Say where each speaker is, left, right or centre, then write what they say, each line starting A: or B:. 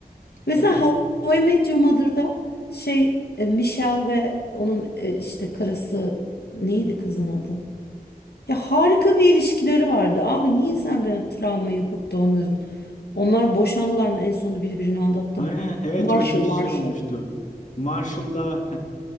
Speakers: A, on the left (about 85°); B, on the left (about 50°).
A: Mesela
B: Ya peki
A: How I Met Your Mother'da şey e, Michelle ve onun e, işte karısı neydi kızın adı? Ya harika bir ilişkileri vardı. Abi niye sen böyle travma yapıp da onların? Onlar boşandılar mı? En sonunda biri birini aldattı
B: Ha,
A: mı?
B: evet
A: Marshall,
B: öyle bir şey
A: Marshall.
B: olmuştu. Marshall'la